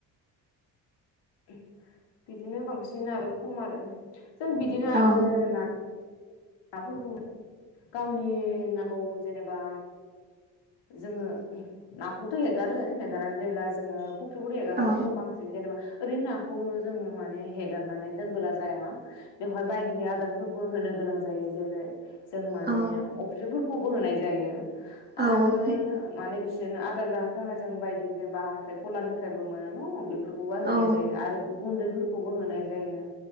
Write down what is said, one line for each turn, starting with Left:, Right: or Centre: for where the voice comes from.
Left: । बिदिनो बांसिन आरो खम आरो जों बिदिनो आरो
Right: औ
Left: ना नाफोरखौ गावनि नांगौ जेनेबा जोङो नाखौथ' हेगारो हेगारनानै जेब्ला जोङो फुख्रिखौनो हगारबाथायथ'
Right: औ
Left: बांसिन जेनेबा ओरै नाखौल' जोङो माने हेगारनानै दोनबोला जाया बेवहाय बायदि आदारफोरबो होनो गोनां जायो जेरै जों माने
Right: औ
Left: अफ्रिफोरखौबो होनाय जायो ।
Right: औ
Left: आरो
Right: ओमफ्राय
Left: माने बिस बिदिनो आदार जाहोनो थाखाय जों बायदि जेबा हाथाय गलानिफ्रायबो मोनो न' खौबो होनाय
Right: औ
Left: जायो आरो गुन्दैफोरखौबो होनाय जायो